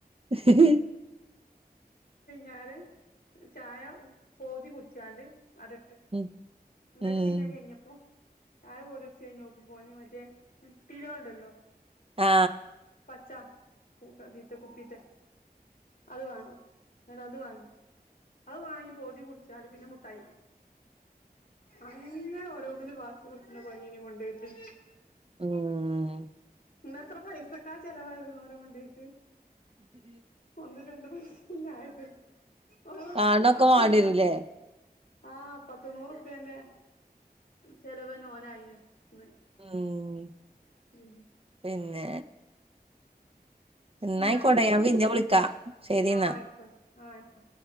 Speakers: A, on the right; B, on the left.
A: ഹ് ഹ്
B: ഞാന് ചായ ഓതി കുടിച്ചാണ്ട് അടട്ട്
A: ഉം
B: ന്ന്ട്ട്
A: ഉം
B: പിന്നത്കഴിഞ്ഞപ്പോ ചായ പോതിച്ചയ്ച്ചഴിഞ്ഞോക്കുമ്പോ ഓന് മറ്റേ ട്ടിലോണ്ടല്ലോ
A: ആ
B: ച്ചാ തീത്തെ കുപ്പീത്തെ അത് വേണം ന്ന്ട്ട് അത് വാങ്ങി അത് വാങ്ങി പോതി കുടിച്ചാണ്ട് പിന്നെ മുട്ടായാണം അങ്ങങ്ങെ ഓരോന്നിനും വാസി പിടിച്ചുന്ന പണിയായ്നു കൊണ്ടോയിട്ട്
A: ഉം...
B: ഇന്നത്ര പൈസക്കെ ചെലവായിന്നോനകൊണ്ടയിട്ട് ഒന്ന് രണ്ട പൈസല്ല ആയത് ഓ
A: കാണൊക്കെ
B: പത്ത്നൂ
A: വാണ്ടിരൂല്ലേ
B: ആ പത്ത് നൂറുപ്യന്റെ ചെലവന്നെ ഓനായിന് ന്ന്
A: ഉം
B: ഉം
A: പിന്നെ ന്നാ
B: ന്നായിക്കോട്ടെ
A: ആയ്കോട്ടെ ഞാൻ പിന്ന വിളിക്കാം ശെരിന്നാ
B: ആഹ് ആയിക്കോട്ടെ ആഹ് ആയിക്കോട്ടെ